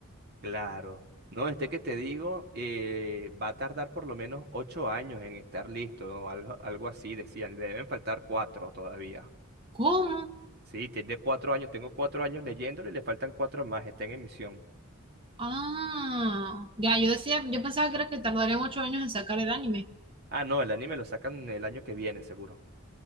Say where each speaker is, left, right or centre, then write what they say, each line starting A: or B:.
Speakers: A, on the right; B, on the right.
A: Claro. No, este que te digo eh, va a tardar por lo menos ocho años en estar listo, o algo, algo así decían. Le deben faltar cuatro todavía.
B: ¿Cómo?
A: Sí, tiene cuatro años. Tengo cuatro años leyéndolo y le faltan cuatro más. Está en emisión.
B: Ah, ya, yo decía, yo pensaba que era que tardarían ocho años en sacar el anime.
A: Ah, no, el anime lo sacan el año que viene, seguro.